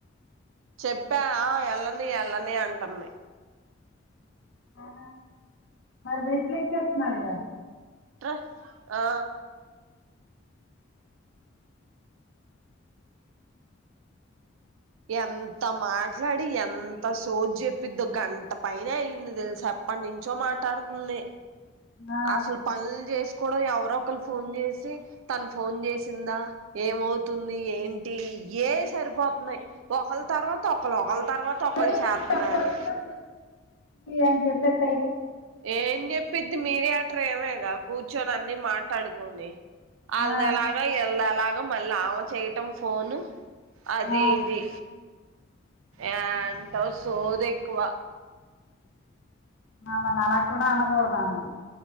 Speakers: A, on the right (about 80°); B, on the left (about 65°).
A: చెప్పా ఎల్ళ్ళని ఎళ్ళని అంటే టంది
B: ఆ మరి బెట్లేతేసినాడుగా
A: ట్ర ఆ ఎంత మాట్లాడి ఎంత సోద్ చెప్పింద్దో గంట పయినే అయింది తెలిసా ఎప్పటి నుంచో మాట్లాడుతుంది
B: ఆ
A: అసలు పన్లు చేసి కూడా ఎవరోకలు ఫోన్ చేసి తను ఫోన్ చేసిందా ఏమవుతుంది ఏంటి ఇయ్యే సరిపోతున్నయి ఒకళ తర్వాత ఒకళ ఒకళ్ళ తర్వాత ఒకళ్ళ
B: తెలీదని
A: చేత్నారు
B: చెప్పొచ్చుగా అని చెప్పేత్తె
A: ఏం చెప్పిద్ది మీరే ఆడ ప్రేమేగా కూర్చొని అన్ని మాట్లాడుకొని అల్ద్
B: ఆ
A: ఎలాగా ఈల్దెగో మళ్ళ ఆవ చేయటం ఫోను అదీ
B: ఆ
A: ఇది ఏ అంటా సోదెక్కువ
B: మా మల న కూడా అనకూడద అంది